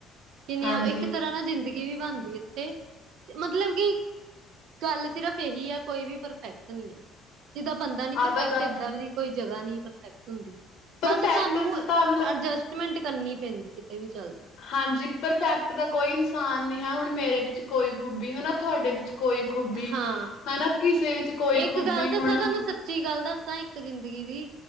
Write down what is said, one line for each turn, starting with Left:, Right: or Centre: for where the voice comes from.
Right: ਕਿੰਨੀ
Left: ਹਾਂਜੀ
Right: ਇੱਕ ਤਰ੍ਹਾਂ ਨਾ ਜ਼ਿੰਦਗੀ ਵੀ ਬਣਦੀ ਇੱਥੇ, ਮਤਲਬ ਕਿ ਗੱਲ ਸਿਰਫ਼ ਇਹੀ ਆ ਕੋਈ ਵੀ ਪਰਫੈਕਟ ਨਹੀਂ, ਆ ਜਿੱਦਾਂ ਬੰਦਾ ਨੀ
Left: ਆਹ
Right: ਪਰਫੈਕਟ
Left: ਤਾਂ ਗੱਲ
Right: ਏਦਾਂ ਵੀ ਕੋਈ ਜਗ੍ਹਾ ਨਹੀਂ ਪਰਫੈਕਟ ਹੁੰਦੀ,
Left: ਪਰਫੈਕਟ
Right: ਬਸ ਸਾਨੂੰ
Left: 'ਚ ਤਾਂ ਮਤਲਬ
Right: ਅਡਜਸਟ, ਮਿਹਨਤ ਕਰਨੀ ਪੈਂਦੀ ਕਿਤੇ ਵੀ ਚੱਲਦੀ,
Left: ਹਾਂਜੀ ਪਰਫੈਕਟ ਦਾ ਕੋਈ ਇਨਸਾਨ ਨਹੀਂ ਹੈ ਹੁਣ ਮੇਰੇ ਵਿੱਚ ਕੋਈ ਖੂਬੀ ਹਨ ਨਾ ਤੁਹਾਡੇ ਵਿੱਚ ਕੋਈ ਖੂਬੀ
Right: ਹਾਂ
Left: ਹਨਾ ਕਿਸੇ ਵਿੱਚ ਕੋਈ
Right: ਇੱਕ
Left: ਖੂਬੀ
Right: ਗੱਲ
Left: ਹੁਣ
Right: ਦੱਸਾ ਤੁਹਾਨੂੰ ਸੱਚੀ ਗੱਲ ਦੱਸਾਂ ਇੱਕ ਜ਼ਿੰਦਗੀ ਦੀ